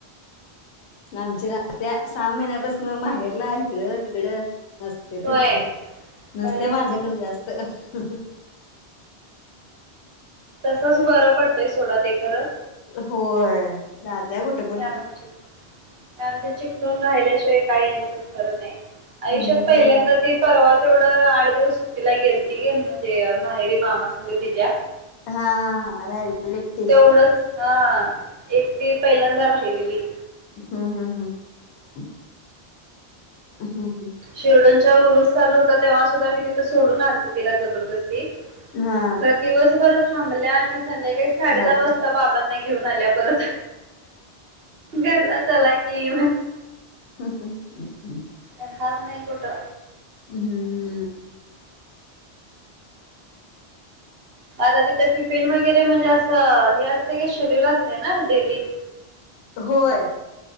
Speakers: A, on the left (about 85°); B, on the right (about 65°).
A: आमच्या ना त्या सहा महिन्यापासून माहेरला इकडं तिकडं. नसते
B: होय
A: त नसत्या
B: बरे
A: माझ्याकडे जास्त. तर
B: तसच बरं पडतंय सोडा ते खरं
A: होय जातय कुठे पण.
B: हे आमची आमचे चिकटून राहिल्याशिवाय काय यांचं खरं नाही आयुष्यात
A: हम्म
B: पहिल्यांदा
A: हम्म
B: ती परवा तेवढं आठ दिवस सुट्टिला गेल त गे म्हणून ज माहेरी मामा संगतीच्या
A: हा हा हा राहिलेली एकटी
B: तेवढंच हा एकटी पहिल्यांदा राहिलेली.
A: हा हा हा हा
B: शिर्डनच्या उरुस चालू होता तेव्हा सुद्धा मी तिथं सोडून आल त जबरदस्ती
A: हा
B: खर दिवसभर थांबल्या आणि संध्याकाळी साडे
A: रात्री
B: दहा वाजता बाबांना घेऊन आल्या परत घरला चला की,
A: हम् ह <inaudible>
B: राहत नाही कुठं.
A: हम्म
B: आता तिथं टिफिन वगैरे म्हणजे असं हे असतय की शेड्युल असते ना डेली.
A: होय.